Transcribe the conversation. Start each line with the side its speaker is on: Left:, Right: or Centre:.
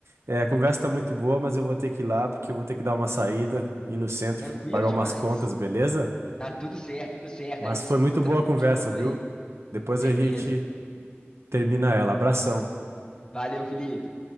Right: é, a conversa tá muito boa, mas eu vou ter que ir lá porque eu vou ter que dar uma saída, ir no centro,
Left: Tranquilo
Right: pagar
Left: demais.
Right: umas contas, beleza?
Left: Tá tudo certo, tudo certo.
Right: Mas
Left: A gente
Right: foi
Left: se encontra
Right: muito boa a
Left: de
Right: conversa,
Left: novo
Right: viu?
Left: aí,
Right: Depois
Left: com certeza.
Right: a gente termina ela. Abração.
Left: Valeu, Felipe.